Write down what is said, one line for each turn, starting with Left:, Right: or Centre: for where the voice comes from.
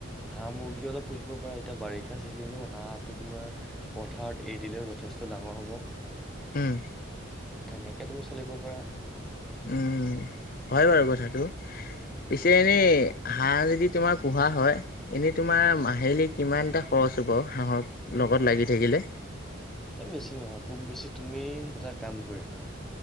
Centre: হাঁহ মুৰ্গী অলপ পুহিব পাৰা, এতিয়া বাৰিষা চিজনো, হাঁহো তোমাৰ পথাৰত এৰি দিলেও যথেষ্ট ডাঙৰ হ'ব।
Left: উম।
Centre: তেনেকে তুমি চলিব পাৰা।
Left: উম, হয় বাৰু কথাটো। পিছে এনে হাঁহ যদি তোমাৰ পোহা হয় এনেই তোমাৰ মাহেলী কিমান এটা খৰচ হ'ব হাঁহৰ লগত লাগি থাকিলে?
Centre: এই বেছি নহয়, খুব বেছি তুমি এটা কাম কৰিবা